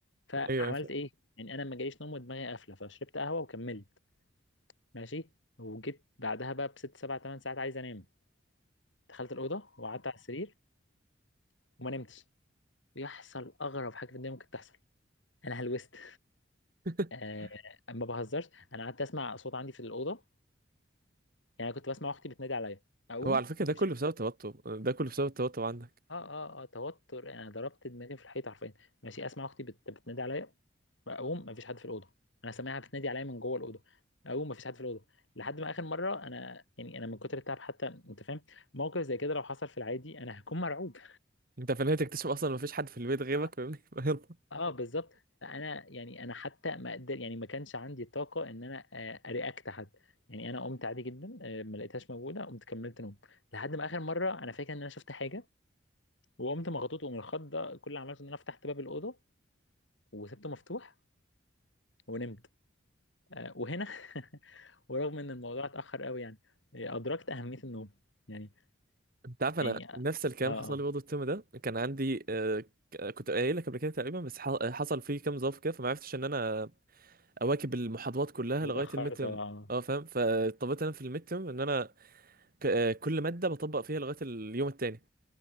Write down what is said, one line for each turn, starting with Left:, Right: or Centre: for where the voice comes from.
Left: فعملت
Right: ايوه أيوة.
Left: ايه يعني انا ما جاليش نوم ودماغي قافله فشربت قهوه وكملت ماشي وجيت بعدها بقى بست سبع ثمان ساعات عايز انام دخلت الاوضه وقعدت على السرير وما نمتش ويحصل اغرب حاجه في الدنيا ممكن تحصل انا هلوست
Right: <laughs>
Left: آه ما بهزرش انا قعدت اسمع اصوات عندي في الاوضه يعني أنا كنت بسمع اختي بتنادي عليا اقوم
Right: هو على فكره
Left: مفيش
Right: ده كله بسبب التوتر ده كله بسبب التوتر عندك
Left: اه اه اه توتر يعني انا ضربت دماغي في الحيط حرفيا ماشي اسمع اختي بت... بتنادي عليا اقوم مفيش حد في الاوضه انا سامعها بتنادي عليا من جوه الاوضه اقوم مفيش حد في الاوضه لحد ما اخر مره انا يعني انا من كتر التعب حتى انت فاهم موقف زي كده لو حصل في العادي انا هكون مرعوب
Right: انت في النهايه تكتشف اصلا ما فيش حد في البيت غيرك
Left: اه
Right: فاهمني <laughs> يلا.
Left: آه، بالظبط انا يعني انا حتى ما اقدر يعني ما كانش عندي طاقه ان انا آه، ارياكت حد يعني انا قمت عادي جدا آه، ما لقيتهاش موجوده قمت كملت نوم لحد ما اخر مره انا فاكر ان انا شفت حاجه وقمت مغطوط ومن الخض ده كل اللي عملته ان انا فتحت باب الاوضه وسبته مفتوح ونمت آه، وهنا <laughs> ورغم ان الموضوع اتاخر قوي يعني آه، ادركت اهميه النوم يعني
Right: انت عارف
Left: يعني
Right: انا نفس الكلام
Left: اه اه
Right: حصل لي برضه الترم ده كان عندي آه، ك- كنت قايل لك قبل كده تقريبا بس ح- حصل فيه كام ظرف كده فما عرفتش ان انا اواكب المحاضرات كلها
Left: واتاخرت
Right: لغايه الميد ترم
Left: اه
Right: اه فاهم فاضطريت انا في الميد ترم ان انا ك- آه، كل مادة بطبق فيها لغاية اليوم التاني